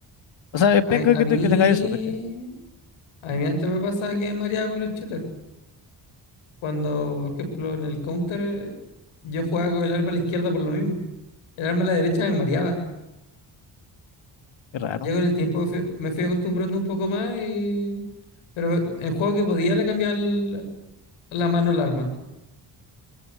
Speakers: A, on the left; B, on the left.
A: O sea, es
B: A,
A: penca
B: a
A: que,
B: mí,
A: te- que tenga eso, ¿cachai?
B: a mí antes me pasaba que me mareaba con los shooters. Cuando, por ejemplo, en el counter, eh, yo jugaba con el arma a la izquierda por lo mismo. El arma a la derecha me mareaba.
A: Qué raro.
B: Ya con el tiempo me fui, me fui acostumbrando un poco más y... Pero en juego que podía le cambiaba el- la mano al arma.